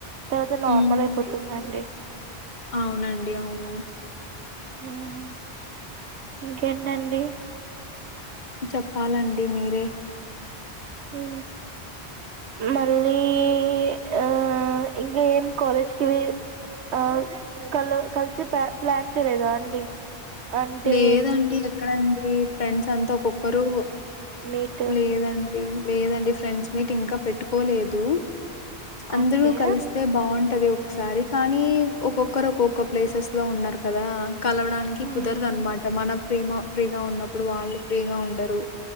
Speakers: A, on the right; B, on the left.
A: తర్వాత నార్మల్
B: హ్మ్.
A: అయిపోతుందండి
B: అవునండి అవును
A: ఉ ఇంకేంటండి
B: చెప్పాలండి మీరే
A: ఉ మళ్ళీ ఆ ఇంకా ఏం కాలేజ్కిి ఆ కల కలిసి ప్ ప్లాన్ చేయలేదా అండి అంటే
B: లేదండి ఎక్కడండి ఫ్రెండ్స్ అంతా ఒక్కొక్కరు
A: మీట్
B: లేదండి లేదండి ఫ్రెండ్స్ మీటింగ్ ఇంకా పెట్టుకోలేదు అందరూ
A: ఓకే
B: కలిస్తే బాగుంటది ఒకసారి కానీ ఒ ఒక్కరు ఒక్కొక్క ప్లేసెస్ లో ఉన్నారు కదా కలవడానికి
A: ఊ
B: కుదరదనమాట మన ప్రిమ ఫ్రీగా ఉన్నప్పుడు వాళ్ళు ఫ్రీగా ఉండరు